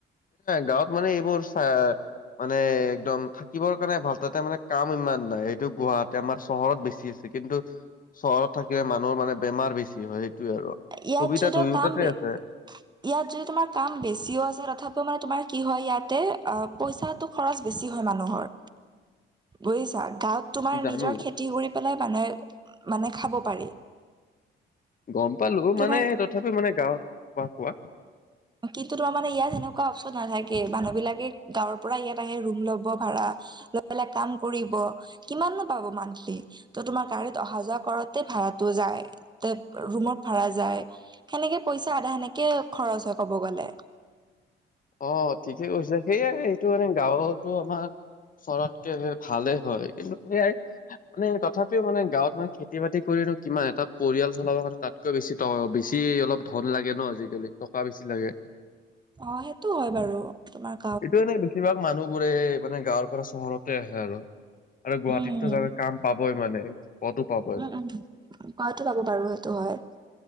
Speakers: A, on the left; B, on the right.
A: গাঁৱত মানে এইবোৰ চ মানে একদম থাকিবৰ কাৰণে ভাল তাতে মানে কাম ইমান নাই সেইটো গুৱাহাটী আমাৰ চহৰত বেছি আছে কিন্তু চহৰত থাকিলে মানুহৰ মানে বেমাৰ বেছি হয় সেইটোৱে আৰু
B: ইয়াত
A: সুবিধা
B: যদি
A: দুয়োটাতে
B: কাম বে
A: আছে
B: ইয়াত যদি তোমাৰ কাম বেছিও আছে তথাপিও মানে তোমাৰ কি হয় ইয়াতে অ পইচাটো খৰচ বেছি হয় মানুহৰ বুজিচা গাৱত তোমাৰ
A: জানো
B: নিজৰ খেতি কৰি পেলাই মানুহে মানে খাব পাৰি
A: গম পালো
B: তোমাৰ
A: মানে তথাপিও মানে গাঁৱত কোৱা কোৱা
B: কিন্তু তোমাৰ মানে ইয়াত সেনেকুৱা অপশচন নাথাকে মানুহবিলাকে গাঁৱৰ পৰা ইয়াত আহে ৰুম ল'ব ভাড়া লৈ পেলাই কাম কৰিব কিমাননো পাব মান্থলি ত তোমাৰ গাড়ীত অহা যোৱা কৰোতে ভাড়াটো যায় ৰুমত ভাড়া যায় সেনেকে পইচা আধা সেনেকে খৰচ হয় কব গলে
A: অ ঠিকে কৈছে সেয়ে এইটো মানে গাঁৱতো আমাৰ চহৰতকে ভালেই হয় কিন্তু সেয়াই মানে তথাপিও মানে গাঁৱত মানে খেতি বাতি কৰিনো কিমান এটা পৰিয়াল চলাব কাৰণে তাত তকৈ বেছি টকা বেছি অলপ ধন লাগে ন আজিকালি টকা বেছি লাগে
B: অ সেইটো হয় বাৰু তোমাক
A: এইটো এনেই বেছিভাগ মানুহবোৰে মানে গাঁৱৰ পৰা চহৰতে আহে আৰু আৰু গুৱাহাটীতো
B: উম
A: যানই কাম পাবই মানে পদো পাব
B: উম উম পোৱাতো পাব বাৰু সেইটো হয়